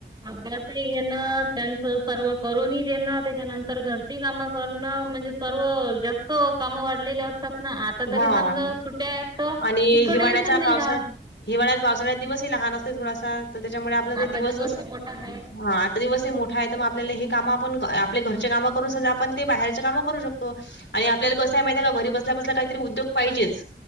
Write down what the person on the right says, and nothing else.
अभ्यासही घेणं त्यांचं सर्व करूनही देणं त्याच्यानंतर घरची कामं करणं म्हणजे सर्व जास्त कामं वाढलेली असतात ना आता तरी
समजा सुट्टया आहेत तर
इतकं
टेन्शन नाही
राहत.
आणि
आता
दिवस मोठा आहे.